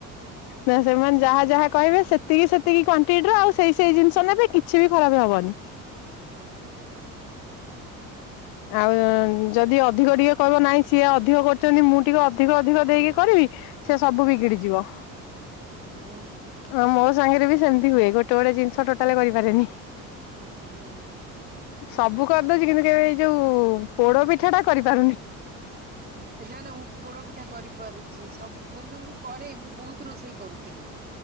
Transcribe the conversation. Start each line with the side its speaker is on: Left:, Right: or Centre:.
Left: ନା ସେମାନେ ଯାହା ଯାହା କହିବେ ସେତିକି ସେତିକି କ୍ୱାଣ୍ଟିଟର ଆଉ ସେଇ ସେଇ ଜିନିଷ ନେବେ କିଛି ବି ଖରାପେ ହବନି।
Right: ହୁଁଉଁ
Left: ଆଉଁ ଉଁ ଯଦି ଅଧିକ ଟିକେ କହିବ ନାହିଁ ସିଏ ଅଧିକ କରୁଚନ୍ତି ମୁଁ ଟିକେ ଅଧିକ ଅଧିକ ଦେଇକି କରିବି ସେ ସବୁ ବିଗିଡି ଯିବ।
Right: ହଁ ହଁ
Left: ହଁ ମୋ ସାଙ୍ଗେରେ ବି ସେମିତି ହୁଏ ଗୋଟେ ଗୋଟେ ଜିନିଷ ଟୋଟାଲ କରିପାରେନି।
Right: ହୁଁଉଁ
Left: ସବୁ କରିଦଉଚି କିନ୍ତୁ କେବେ ଏଇ ଯୋଉ ପୋଡ ପିଠା ଟା କରିପାରୁନି।
Right: ନା ନା ମୁଁ ପୋଡ ପିଠା କରିପାରୁଚି ସବୁ ନୁ ମୁଁ କରେ ମୁଁ ବୋହୁତ୍ ରୋଷେଇ କରୁଥିଲି।